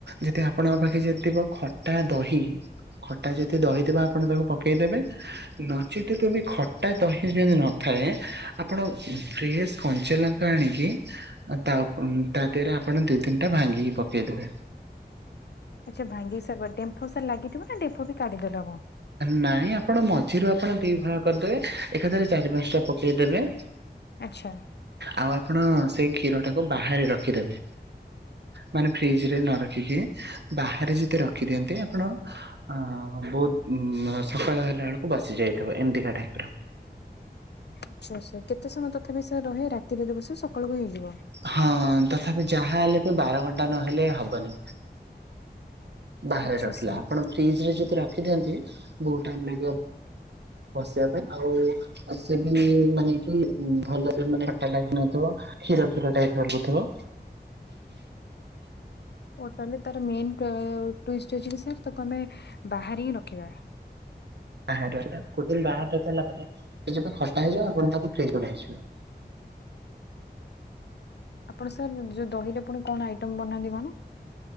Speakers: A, on the right; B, on the left.
A: ଯଦି ଆପଣଙ୍କ ପାଖେ ଯଦି ଥିବ ଖ ଖଟା ଦହି ଖଟା ଯଦି ଦହିଥିବ ଆପଣ ତାକୁ ପକେଇଦେବେ ନଚେତ ତୁ ବି ଖଟା ଦହି ଯଦି ନଥାଏ ଆପଣ ଫ୍ରେଶ କଞ୍ଚଲା ଆଣିକି ତା ଉପ-ତା ଦେହେରେ ଆପଣ ଦି ତିନିଟା ଭାଙ୍ଗିକି ପକେଇଦେବେ।
B: ଆଚ୍ଛା ଭାଙ୍ଗି ସାର ଡେମ୍ଫୋ ସାର୍ ଲାଗିଥିବ ନା ଡେମ୍ଫୋ ବି କାଢିଦେଲେ ହବ।
A: ନାଇଁ ଆପଣ ମଝିରୁ ଆପଣ ଦି ଭାଗ କରିଦେବେ ଏକାଥରେ ଚାରି ପାଞ୍ଚଟା ପକେଇଦେବେ
B: ଆଛା।
A: ଆଉ ଆପଣ ସେଇ କ୍ଷୀର ଟାକୁ ବାହାରେ ରଖିଦେବେ। ମାନେ ଫ୍ରିଜ ରେ ନ ରଖିକି ବାହାରେ ଯତେ ରଖିଦିଅନ୍ତି ଆପଣ ଅ ବହୁତ ଉ ସକାଳ ହେଲା ବେଳକୁ ବାସି ଯାଇଥିବ ଏମତିକା ଟାଇପ ର।
B: ଆଚ୍ଛା ଆଚ୍ଛା କେତେ ସମୟ ତଥାପି ସେ ରହେ ରାତିରେ ଯଦି ଦେବସ ସକାଳ କୁ ହେଇଯିବ?
A: ହଁ ତଥାପି ଯାହା ହେଲେ ବି ବାର ଘଣ୍ଟା ନହେଲେ ହବନି। ବାହାରେ
B: ଆଚ୍ଛା
A: ରହିଲା
B: ସାର୍।
A: ଆପଣ ଫ୍ରିଜ୍ ରେ ଯଦି ରଖିଦିଅନ୍ତି ବହୁତ୍ ଟାଇମ୍ ଲାଗିବ ବସିବା ପାଇଁ ଆଉ ସେ ବି ମାନେ କି ଭଲ ସେ ଖଟା ଲାଗି ନଥିବ କ୍ଷୀର କ୍ଷୀର ଟାଇପ୍ ଲାଗୁଥିବ।
B: ଓ ତାହେଲେ ତାର ମେନ୍ ଟ-ଟୁ ଇଷ୍ଟ ଅଛି କି ସାର୍ ତାକୁ ଆମେ ବାହାର ହିଁ ରଖିବା।
A: ଆ ଗୋଟେ ଦିନ ବାହାରାରିଲ ପରେ ସେ ଯ ଖଟା ହେଇଯିବ ଆପଣ ତାକୁ ଫ୍ରୀଜ୍ କୁ ନେଇଯିବେ।
B: ଆପଣ ସାର୍ ଯୋଉ ଦହିରେ ପୁଣି କଣ ଆଇଟମ ବନାନ୍ତି କଣ?